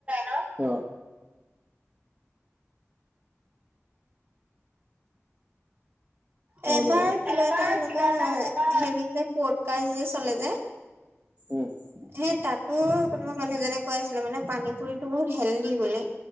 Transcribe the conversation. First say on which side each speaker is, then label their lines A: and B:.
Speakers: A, on the right (about 30°); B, on the right (about 50°).
A: তা অ। হয়
B: এবাৰ
A: বাৰু।
B: কিবা
A: এবাৰ
B: এটা এনেকুৱা
A: কিবা এটা এনেকুৱা
B: হেৰি যে পৌডকাষ্ট যে চলে যে
A: উম
B: হে তাতো কোনোবা মানুহজনে কৈ আছিলে মানে পানী পুৰিতো বহুত হেলডি বুলি